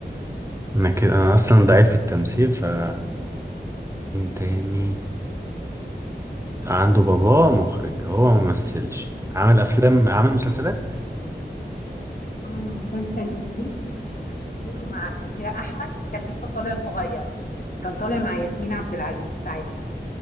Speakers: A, on the right (about 15°); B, on the left (about 50°).
A: انا كده انا اصلا ضعيف في التمثيل فمين تاني عنده باباه مخرج هو ما مثلش عمل افلام عمل مسلسلات
B: آه، عمل مسلسل قديم كنت شفته له مع سميرة أحمد كان لسه طالع صغير كان طالع مع ياسمين عبد العزيز ساعتها